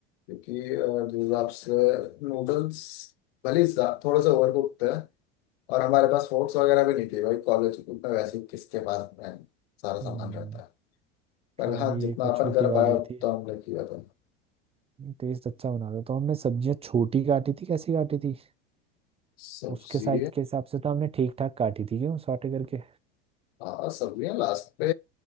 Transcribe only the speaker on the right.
हम्म,
खाली
एक वो
छोटी
वाली
थी
टेस्ट अच्छा बना था तो हमने सब्जियां छोटी काटी थी कैसी काटी थी
उसके साइज के हिसाब से तो हमने ठीक ठाक काटी थी क्यों सॉटे करके